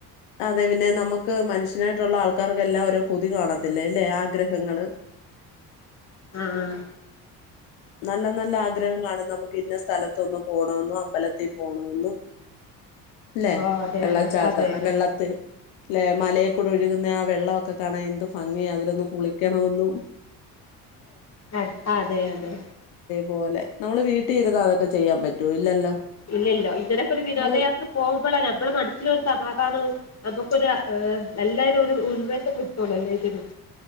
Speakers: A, on the left; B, on the left.
A: അതെ പിന്നെ നമുക്ക് മനുഷ്യനായിട്ടുള്ള ആൾക്കാർക്ക് എല്ലാം ഓരോ കൊതി കാണത്തില്ലേ, അല്ലെ ആഗ്രഹങ്ങൾ.
B: ആഹ്
A: നല്ല നല്ല ആഗ്രഹം കാണും, നമുക്ക് ഇന്ന സ്ഥലത്തൊന്ന് പോണന്നും, അമ്പലത്തിൽ പോണന്നും. ഇല്ലേ
B: ഓ അതെ
A: വെള്ളച്ചാട്ടം
B: അതെ അതെ അതെ
A: വെള്ളത്തിൽ ഇല്ലെ മല. കൂടെ ഒഴുകുന്ന ആ വെള്ളോക്കെ കാണാൻ എന്ത് ഭംഗിയ അതിലൊന്ന് കുളിക്കണൊന്നും
B: അഹ് അതെ അതെ
A: പോലെ നമ്മള് വീട്ടി ഇരുന്ന അതൊക്കെ ചെയ്യാൻ പറ്റോ ഇല്ലല്ലോ
B: ഇല്ലല്ലോ ഇതിനൊക്കെ ഒരു
A: നമ്മള്
B: വിനോദയാത്ര പോ മ്പള ഞമ്മള മനസ്സിലൊരു സമാധാനോം നമുക്കൊര എല്ലാരും ഒരു ഉൻമേഷം കിട്ടുള്ളൂ ല്ലെ ശരിയാ